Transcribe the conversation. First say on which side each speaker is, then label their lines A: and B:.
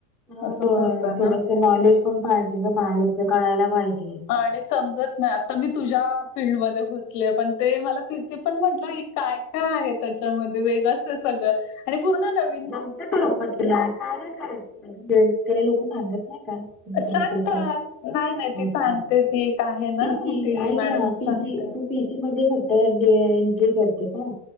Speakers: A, in the centre; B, on the left.
A: मग
B: असंच होतं
A: थोडस
B: ना
A: नॉलेज पण पाहिजे ना बाहेरच कळायला पाहिजे.
B: आणि समजत. नाही आता मी तुझ्या फीलल्डमध्ये घुसले पण ते मला पीसी पण म्हटलं की काय. काय आहे त्याच्यामध्ये वेगच आहे सगळं आणि पूर्ण नवि ''--''
A: जमत का रुपा तुला काय काय करायत ते लोक सांगत नाही का.
B: सांगतात
A: करते <unintelligible> आप
B: नाही नाही ती
A: अच्छा
B: सांगते ती एक आहे ना
A: पीसी
B: ती
A: ऐक
B: मॅडम
A: ना
B: सांगते
A: पीसी खूप पीसी मध्ये फक्त ते एंट्री करते का.